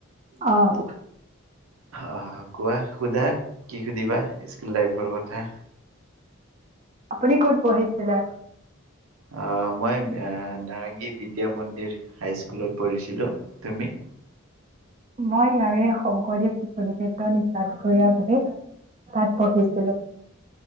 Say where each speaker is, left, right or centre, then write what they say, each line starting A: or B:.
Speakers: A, on the right (about 30°); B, on the right (about 90°).
A: অহ
B: আহ কোৱা শুধা কি সুধিবা স্কুল লাইফৰ কথা?
A: আপুনি ক'ত পঢ়িছিলে?
B: অহ মই নাৰেংগী বিদ্যা মন্দিৰ হাইস্কুলত পঢ়িছিলো। তুমি?
A: মই ইয়াৰে শংকৰদেৱ শিশু নিকেতন নিচাত কৰা তাতে। তাত পঢ়িছিলোঁ।